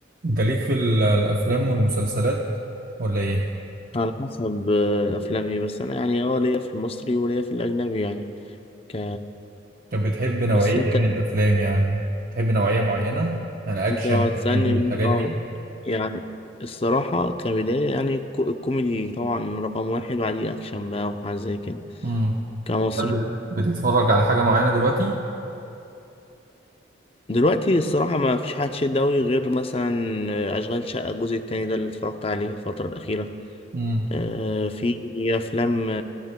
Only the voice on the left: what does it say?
على حسب آه، افلامي بس انا يعني اه ليا في المصري وليا في الاجنبي يعني ك
بس انت
انت هتسالني
اه
يعني الصراحه كبدايه يعني الكو- الكوميدي طبعا رقم واحد بعديه اكشن بقى وحاجه زي كده
كمصري
دلوقتي الصراحه ما فيش حاجه تشد أوي غير مثلا آه، اشغال شقه الجزء التاني ده اللي اتفرجت عليه الفتره الاخيره
آه، في افلام